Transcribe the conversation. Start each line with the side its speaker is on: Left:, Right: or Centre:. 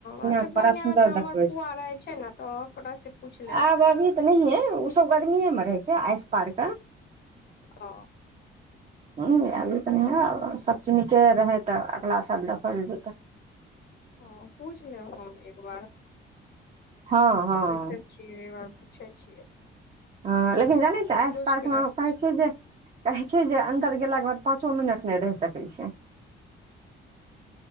Left: अच्छा
Right: के
Left: पूर्णिया
Right: बड़ा सुन्दर
Left: मे तऽ हमर
Right: देखबै छै
Left: पुआ रहै छै ने तऽ ओकरा से। पूछि लेब
Right: आब अभी तऽ नहिए ओसभ गर्मिएमे रहै छै आस पारके।
Left: ओ
Right: अभी तऽ नहि सभ चीज नीके रहै तऽ अगला साल देखल जेतै
Left: हा पूछ लेब हम एक बार
Right: हँ
Left: देख छिय बार पुछै छियै।
Right: ह लेकिन जानै छैय
Left: पूछ
Right: आस पार्क
Left: के
Right: मे
Left: रख
Right: कहै छै जे कहै छै जे अन्दर गेलाके बाद पाँचो मिनट नहि रहि सकैत छै।